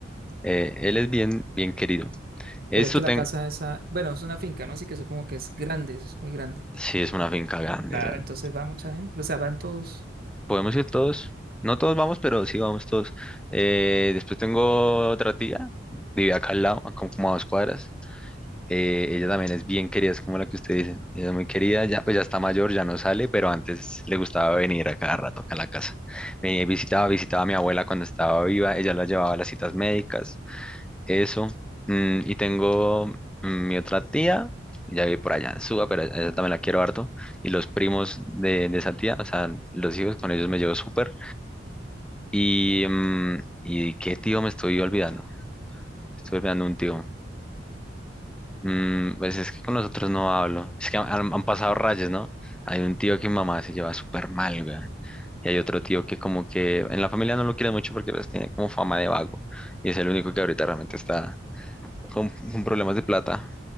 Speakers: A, in the centre; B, on the right (about 55°).
A: eh, él es bien, bien querido. Esto
B: Pero es que la
A: ten.
B: casa esa, bueno, es una finca, ¿no? Así que supongo que es grande, es muy grande.
A: Sí, es una finca grande.
B: Claro,
A: weón.
B: entonces va mucha gente, o sea, van todos.
A: Podemos ir
B: Sí.
A: todos. No todos vamos, pero sí vamos todos. Eh, después tengo otra tía, vive acá al lado, a como como a dos cuadras. eh, ella también es bien querida, es como la que usted dice. Ella es muy querida, ya pues ya está mayor, ya no sale, pero antes le gustaba venir a cada rato acá a la casa. Venía y visitaba, visitaba a mi abuela cuando estaba viva, ella la llevaba a las citas médicas, eso. Mm, y tengo mm, mi otra tía, ya vive por allá en Suba, pero a ella también la quiero harto. Y los primos de, de esa tía, o sea, los hijos, con ellos me llevo súper. Y, mm, ¿y qué tío me estoy olvidando? Estoy olvidando un tío. Mm, pues es que con nosotros no hablo. Es que han, han- han pasado rayas, ¿no? Hay un tío que mi mamá se lleva súper mal, güey. Y hay otro tío que como que en la familia no lo quiere mucho porque pues, tiene como fama de vago. Y es el único que ahorita realmente está con, con problemas de plata.